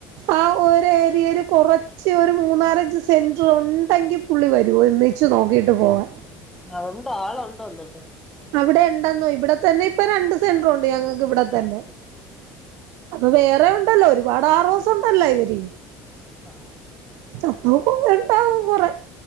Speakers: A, on the right; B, in the centre.
A: ആ ഒരു ഏരയേല് കൊറ ച്ചെ ഒരു മൂന്നാലഞ്ച് സെന്റർ ഉണ്ടെങ്കിൽ പുള്ളി വരുവോ ഒന്നിച്ച് നോക്കിട്ട് പോവാൻ
B: ആഹ് ഉണ്ടോ ആള ഉണ്ടോ എന്
A: അവിടെ ഇണ്ടെന്നു ഇവിടെത്തന്നെ ഇപ്പൊ രണ്ട് സെന്റർ ഉണ്ട് ഞങ്ങക്ക് ഇവിടെത്തന്നെ അപ്പൊ വേറെ ഉണ്ടല്ലോ ഒരുപാട് ആറോസം ഉണ്ടല്ലോ ഇവര്
B: ആഹ്
A: ചപ്പം കൊറെണ്ടാവും കൊറെ